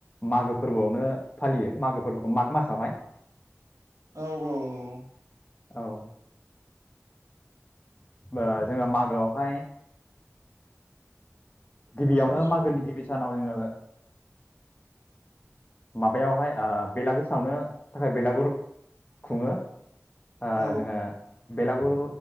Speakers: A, on the left (about 35°); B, on the right (about 90°).
A: मागो फोरबोआवनो फालियो मागो फोरबोखौ माग मासावहाय।
B: औ औ औ।
A: औ। ओ जोङो मागोआवहाय गिबियावनो
B: औ
A: मागोनि गिबि सानाव <unintelligible> माबायावहाय ओ बेलागुर सावनो थाखाय बेलागुर खुङो। ओङ
B: औ
A: जोङो बेलागुर